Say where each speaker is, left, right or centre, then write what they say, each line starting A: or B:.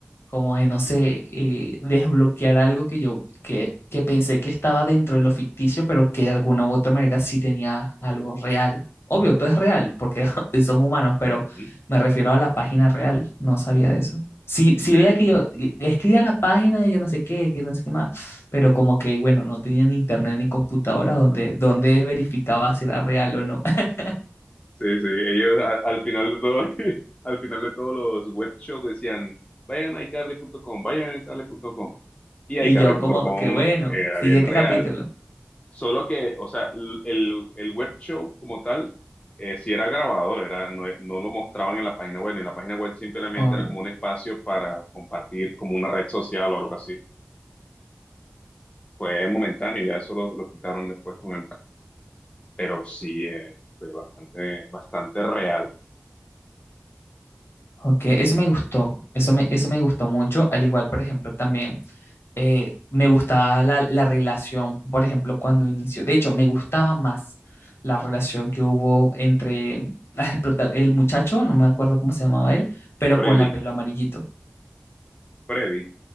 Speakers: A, on the left (about 70°); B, on the left (about 25°).
A: como de, no sé, eh, desbloquear algo que yo, que, que pensé que estaba dentro de lo ficticio, pero que de alguna u otra manera sí tenía algo real. Obvio, todo es real, porque <laughs> son humanos, pero
B: Ujú.
A: me refiero a la página real, no sabía de eso. Sí, sí
B: Sí.
A: veía que yo eh, escribía la página de yo no sé qué, que no sé qué más, pero como que, bueno, no tenía ni internet ni computadora donde, donde verificaba si era real o no. <laughs>
B: Sí, sí, ellos a- al final de todo, <laughs> al final de todos los web shows decían, vayan a iCarly.com, vayan a iCarly.com. Y
A: Y
B: iCarly.com
A: yo como que, bueno,
B: era
A: siguiente
B: bien real,
A: capítulo.
B: solo que, o sea, l- el, el web show como tal, eh, sí era grabado, era, no, no lo mostraban en la página web, en la página web simplemente
A: Obvio.
B: era como un espacio para compartir como una red social o algo así. Fue momentáneo, y ya eso lo, lo quitaron después con el... Pero sí, eh, fue bastante, bastante real.
A: Ok, eso me gustó, eso me, eso me gustó mucho, al igual, por ejemplo, también eh, me gustaba la, la relación, por ejemplo, cuando inició, de hecho, me gustaba más la relación que hubo entre <laughs> ah, el, prota- el muchacho, no me acuerdo cómo se llamaba él, pero
B: Freddy,
A: con la pelo amarillito,
B: Freddy.